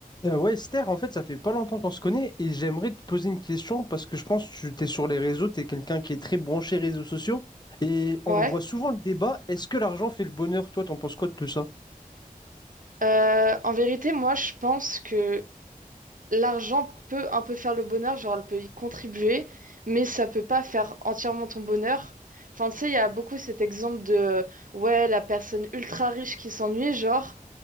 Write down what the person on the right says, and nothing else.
Ouais.
Euh, en vérité, moi, je pense que l'argent peut un peu faire le bonheur, genre elle peut y contribuer, mais ça peut pas faire entièrement ton bonheur. Enfin, tu sais, il y a beaucoup cet exemple de, euh, ouais, la personne ultra riche qui s'ennuie, genre,